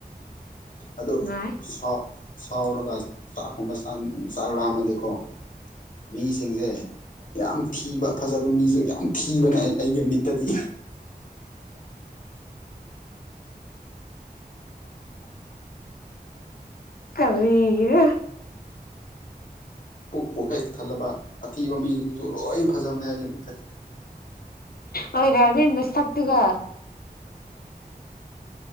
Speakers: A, on the left (about 55°); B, on the left (about 70°).
A: ꯑꯗꯣ
B: ꯉꯥꯏ
A: ꯁꯥ ꯁꯥꯎꯔꯒ ꯆꯥꯛꯀꯨꯝꯕ ꯆꯥꯛꯂꯥꯃꯀꯣ ꯃꯤꯁꯤꯡꯁꯦ ꯌꯥꯝ ꯊꯤꯕ ꯐꯖꯕ ꯃꯤꯁꯨ ꯌꯥꯝ ꯊꯤꯕꯅꯦ ꯑꯩꯒꯤ ꯃꯤꯠꯇꯗꯤ
B: ꯀꯔ
A: ꯄꯨ ꯍꯦꯛ ꯊꯜꯂꯕ ꯑꯊꯤꯕ ꯃꯤꯁꯤꯡꯁꯨ ꯂꯣꯏ ꯍꯦꯐꯖꯕꯅꯦ ꯍꯥꯏꯥꯏꯒꯤꯅꯤ ꯇ
B: ꯑꯣꯏꯣꯏ ꯌꯥꯗꯁꯥꯛ ꯇꯒ